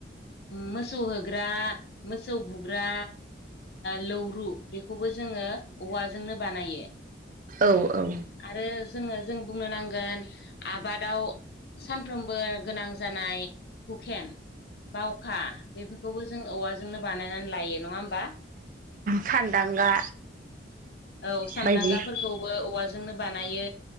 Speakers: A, on the left (about 60°); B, on the right (about 45°).
A: मोसौ होग्रा मोसौ बुग्रा लौरु बेखौबो जोङो औवाजोंनो बानायो।
B: औ औ।
A: आरो जोङो जों बुंनो नांगोन आबादाव सानफ्रोमबो गोनां जानाय हुकेन बावखा बेफोरखौबो जों औवाजोंनो बानायनानै लायो नङा होमबा।
B: सानदांगा
A: औ सानदांगाफोरखौबो
B: बायदि
A: औवाजोंनो बानायो